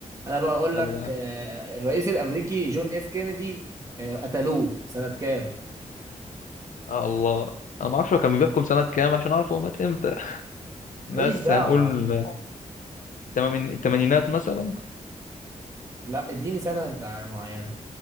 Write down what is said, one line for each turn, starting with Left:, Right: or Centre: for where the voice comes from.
Right: انا بقى اقول
Left: الله
Right: لك آه، الرئيس الامريكي جون اف كينيدي آه، قتلوه سنة كام
Left: آه الله انا ما اعرفش هو كان بيحكم سنة كام عشان اعرف هو مات امتى بس
Right: ماليش دعوة
Left: هنقول من التمامين- التمانينات مثلا
Right: لا اديني سنة انت معينة